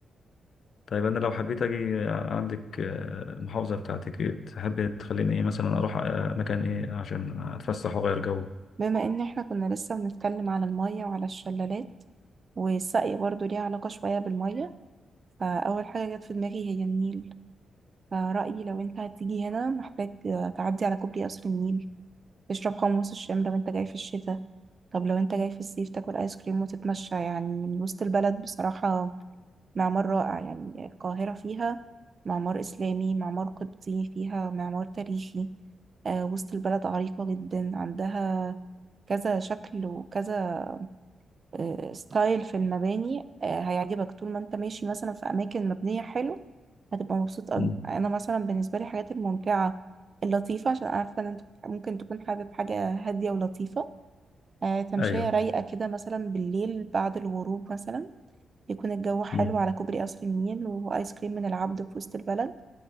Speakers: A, on the left (about 50°); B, on the right (about 30°).
A: طيب أنا لو حبيت أجي عندك آه، المحافظة بتاعتك إيه تحب تخليني إيه مثلا أروح آه، مكان إيه عشان أتفسح وأغير جو
B: بما ان احنا كنا لسه بنتكلم على المية وعلى الشلالات والسقي برضو ليه علاقة شوية بالمية فأول حاجة جت في دماغي هي النيل فرأيي لو انت هتيجي هنا محتاج تعدي على كوبري قصر النيل تشرب حمص الشام لو انت جاي في الشتاء طب لو انت جاي في الصيف تاكل ايس كريم وتتمشى يعني من وسط البلد بصراحة معمار رائع يعني القاهرة فيها معمار إسلامي معمار قبطي فيها معمار تاريخي آه، وسط البلد عريقة جدا عندها كذا شكل وكذا آه، ستايل في المباني آه، هيعجبك طول ما انت ماشي مثلا في أماكن مبنية حلو هتبقى مبسوط أوي
A: مم.
B: أنا مثلا بالنسبة لي الحاجات الممتعة اللطيفة عشان عارفة إن أنت ممكن تكون حابب حاجة هادية ولطيفة آه، تمشية
A: أيوه
B: رايقة كده مثلا بالليل بعد الغروب مثلا يكون الجو حلو
A: مم.
B: على كوبري قصر النيل وآيس كريم من العبد في وسط البلد